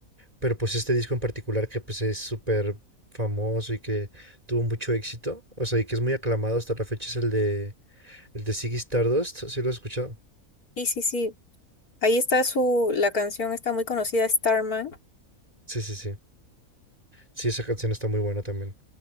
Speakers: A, on the right (about 25°); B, on the left (about 80°).
A: pero pues este disco en particular que pues es súper famoso y que tuvo mucho éxito, o sea, y que es muy aclamado hasta la fecha es el de el de Ziggy Stardust, ¿sí lo has escuchado?
B: Sí, sí, sí. Ahí está su, la canción está muy conocida, Starman.
A: Sí, sí, sí. Sí, esa canción está muy buena también.